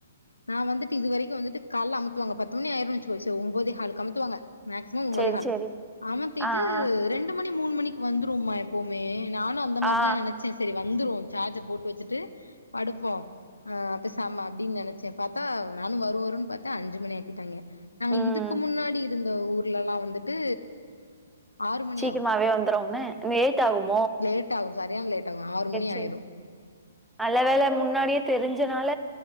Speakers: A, on the left; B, in the centre.
A: நா வந்துட்டு இது வரைக்கு வந்துட்டு கால அமுத்துவாங்க பத்து மணி ஆயிரு வச்சுக்கோங் சோ ஒன்பதே ஹாலுக்கு அமுத்துவாங்க மேக்சிமம் ஒன்பதேஹால்
B: சேரி சேரி
A: அமுத்திட்டு
B: ஆ ஆ
A: ரெண்டு மணி மூணு மணிக்கு வந்துரும்மா எப்பவுமே நானு அந்த மாரிதா
B: ஆ
A: நெனச்சே செரி வந்துரு சார்ஜ் போட்டு வெச்சுட்டு படுப்போம் ஆ அப்ப பெசமா அப்படின்னு நினைச் ச பாத்தா நானும் வரும் வரும்ன்னு பார்த்தேன் அஞ்சு மணி ஆக்கிட்டாங்க நாங்க
B: ம்
A: இதுக்கு முன்னாடி இருந்த ஊர்லல்லா வந்துட்டு ஆறு மணி
B: சீக்கிரமாவே
A: ஆகு
B: வந்துரும்ோம்ு லோட் ஆகும்
A: லேட் ஆகும் சரியான லேட் ஆகும் ஆறு மணி
B: சேரி
A: ஆயிரும்
B: நல்ல வேலை முன்னாடியே தெரிஞ்சனால